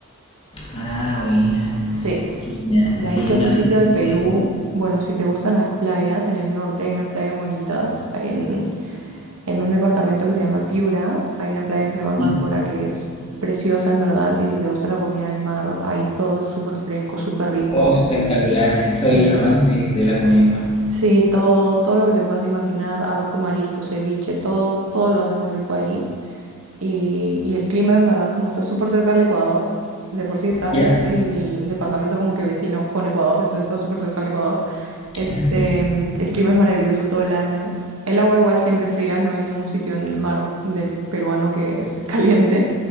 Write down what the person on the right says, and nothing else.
Sí,
de
ahí que otro
sitio
de Perú,
bueno, si te gustan las playas, en el norte hay unas playas bonitas, hay en... en un departamento que se llama Piura. Hay una playa que se llama Máncora
que es preciosa en verdad y si te gusta la comida del mar, ahí todo es súper fresco, súper rico.
Sí,
sí, todo, todo lo que te puedas imaginar, arroz con marisco, ceviche, todo, todo lo hacen muy rico ahí. Y, y el clima, en verdad, como está súper cerca del Ecuador, de por sí está, es
el departamento como que vecino con Ecuador, entonces está súper cerca del Ecuador. Este,
mm, el clima es maravilloso todo el año. El agua igual siempre es fría, no hay ningún sitio en el mar del peruano que esté <laughs> caliente,